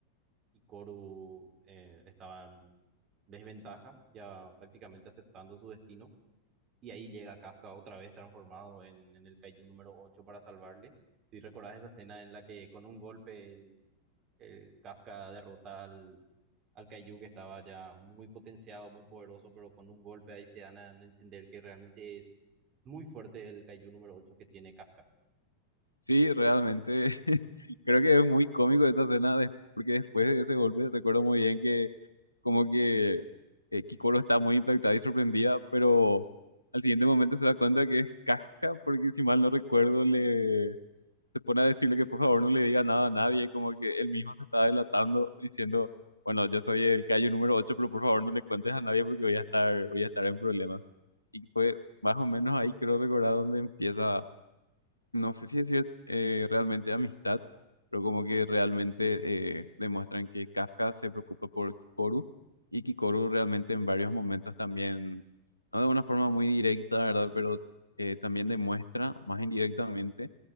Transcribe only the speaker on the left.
Sí, realmente <laughs> creo que es muy cómico esta escena, de- porque después de ese golpe recuerdo muy bien que Como que eh, Kikoro está muy impactada y sorprendida, pero al siguiente momento se da cuenta que es Kafka, porque si mal no recuerdo, le se pone a decirle que por favor no le diga nada a nadie, como que él mismo se está delatando, diciendo, bueno, yo soy el callo número 8 pero por favor no le cuentes a nadie porque voy a estar, voy a estar en problemas. Y fue más o menos ahí, creo recordar, donde empieza no sé si eso es eh, realmente amistad, pero como que realmente eh, demuestran que Kafka se preocupa por Kikoru y Kikoru realmente en varios momentos también, no de una forma muy directa, ¿verdad? Pero eh, también demuestra más indirectamente